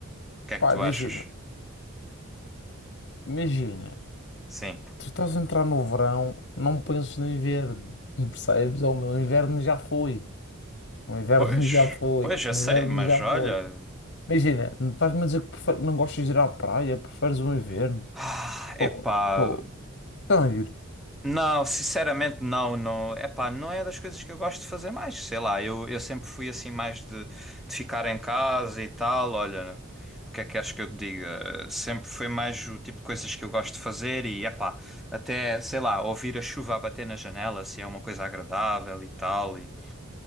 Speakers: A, in the centre; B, on the left (about 55°).
A: O que é que
B: pá,
A: tu
B: imagina,
A: achas?
B: imagina,
A: Sim.
B: tu estás a entrar no verão, não penses no inverno, <laughs> percebes? o meu, inverno já foi. O inverno
A: Pois,
B: <laughs> já foi.
A: pois, já
B: O
A: sei,
B: inverno
A: mas
B: já
A: olha.
B: foi. Imagina, não estás-me a dizer que prefer- não gostas de ir à praia, preferes o inverno?
A: Ah,
B: Pô,
A: epá,
B: pô. Então, Yuri.
A: não, sinceramente não, não, epá, não é das coisas que eu gosto de fazer mais, sei lá, eu, eu sempre fui assim mais de, de ficar em casa e tal, olha, o que é que queres que eu te diga? Sempre foi mais o tipo de coisas que eu gosto de fazer e, epá, até, sei lá, ouvir a chuva a bater na janela, assim, é uma coisa agradável e tal, e